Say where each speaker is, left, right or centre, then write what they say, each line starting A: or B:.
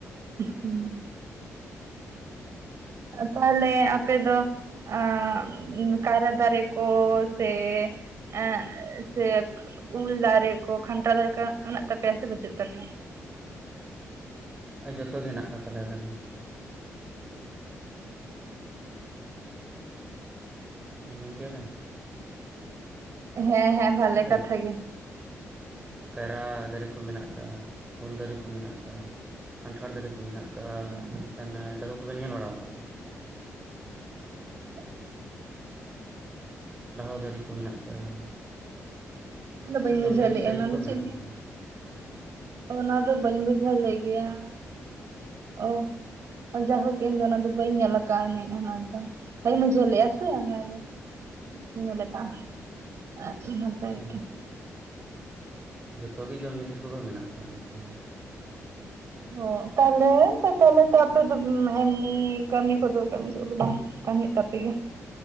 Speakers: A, on the right (about 60°); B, on the right (about 20°).
A: ᱦᱩᱸ ᱛᱟᱦᱟᱞᱮ ᱟᱯᱮ ᱫᱚ ᱟᱸᱜ ᱠᱟᱭᱨᱟ ᱫᱟᱨᱮ ᱠᱚ ᱥᱮ ᱟᱸᱜ ᱥᱮ ᱩᱞ ᱫᱟᱨᱮ ᱠᱚ, ᱠᱷᱟᱱᱴᱟ ᱫᱟᱨᱮ ᱠᱚ ᱢᱮᱱᱟᱜ ᱛᱟᱯᱮᱭᱟ ᱥᱮ ᱵᱟᱪᱩᱜ ᱛᱟᱯᱮᱭᱟ?
B: ᱡᱚᱛᱚ ᱜᱮ ᱦᱮᱱᱟᱜ ᱠᱟᱫ ᱛᱟᱞᱮᱭᱟ ᱟᱞᱮ ᱫᱚ᱾
A: <unintelligible>
B: ᱟᱸᱡᱚᱢ ᱠᱮᱜᱼᱟ ᱵᱮᱱ
A: ᱦᱮᱸ ᱦᱮᱸ ᱵᱷᱟᱞᱮ
B: ᱦᱳᱭ
A: ᱠᱟᱛᱷᱟ ᱜᱮ᱾
B: ᱠᱟᱭᱨᱟ ᱫᱟᱨᱮ ᱠᱚ ᱢᱮᱱᱟᱜ ᱠᱟᱜ-ᱟ, ᱩᱞ ᱫᱟᱨᱮ ᱠᱚ ᱢᱮᱱᱟᱜ ᱠᱟᱜ-ᱟ, ᱠᱟᱱᱴᱷᱟᱲ ᱫᱟᱨᱮ ᱠᱚ ᱢᱮᱱᱟᱜ ᱠᱟᱜ-ᱟ,
A: ᱦᱳᱭ
B: ᱤᱱᱟᱹ ᱠᱟᱛᱮ ᱰᱟᱹᱦᱩ ᱠᱚᱵᱤᱱ ᱧᱮᱞ ᱵᱟᱲᱟ ᱠᱟᱫᱟ ᱵᱤᱱ?
A: <unintelligible>
B: ᱰᱟᱦᱟᱣ ᱫᱟᱨᱮ ᱠᱚ ᱢᱮᱱᱟᱜ ᱠᱟᱜ-ᱟ᱾
A: ᱚᱱᱟ ᱫᱚ ᱵᱟᱹᱧ
B: ᱡᱚᱢ
A: ᱵᱩᱡᱷᱟᱹᱣ
B: ᱡᱤᱱᱤᱥ
A: ᱞᱮᱫᱼᱟ
B: ᱫᱟᱨᱮ
A: ᱚᱱᱟ
B: ᱠᱚᱫᱚ
A: ᱫᱚ ᱪᱮᱫ
B: ᱢᱮᱱᱟᱜ ᱛᱟᱞᱮᱭᱟ᱾
A: ᱚᱱᱟ ᱫᱚ ᱵᱟᱹᱧ ᱵᱩᱡᱷᱟᱹᱣ ᱞᱮᱫ ᱜᱮᱭᱟ᱾ ᱚ ᱡᱟᱭ ᱦᱳᱠ ᱤᱧ ᱫᱚ ᱚᱱᱟ ᱫᱚ ᱵᱟᱹᱧ ᱧᱮᱞ ᱟᱠᱟᱫ-ᱟ ᱟᱱᱤᱡ ᱚᱱᱟ ᱫᱚ, ᱵᱟᱹᱧ ᱵᱩᱡᱷᱟᱹᱣ ᱞᱮᱜ-ᱟ ᱥᱮ ᱚᱱᱟ ᱜᱮ᱾ ᱧᱮᱞ ᱟᱠᱟᱜ-ᱟ ᱱᱟᱯᱟᱭ
B: ᱦᱳᱭ
A: ᱜᱮ᱾
B: ᱡᱚᱛᱚ ᱜᱮ ᱡᱚᱢ ᱡᱤᱱᱤᱥ ᱠᱚᱫᱚ ᱢᱮᱱᱟᱜ-ᱟ ᱟᱞᱮ ᱥᱮᱱ ᱫᱚ᱾
A: ᱚ ᱛᱟᱦᱚᱞᱮ ᱛᱟᱦᱚᱞᱮ ᱛᱚ ᱟᱯᱮ ᱫᱚ ᱮᱢᱱᱤ ᱠᱟᱹᱢᱤ ᱠᱚᱫᱚ ᱠᱟᱹᱢᱤ ᱥᱚᱢᱚᱭ ᱵᱟᱝ ᱠᱟᱹᱢᱤᱜ ᱛᱟᱯᱮ ᱜᱮ᱾